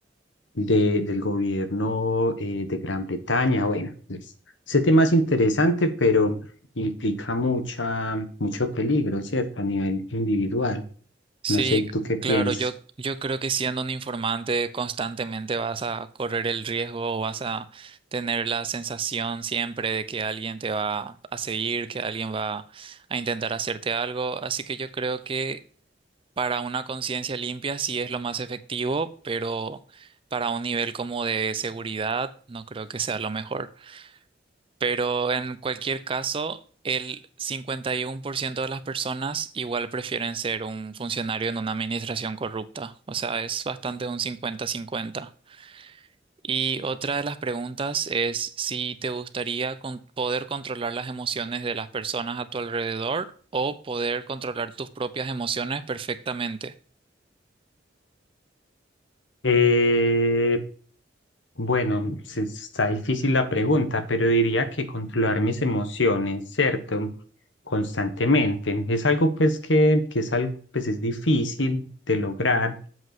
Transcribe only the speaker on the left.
de- del gobierno eh, de Gran Bretaña. Bueno, pues, ese tema es interesante, pero implica mucha, mucho peligro, ¿cierto? A nivel individual.
No sé, ¿tú qué piensas?
Eh, Bueno, se- está difícil la pregunta, pero diría que controlar mis emociones, ¿cierto? Constantemente. Es algo pues que, que es algo pues es difícil de lograr.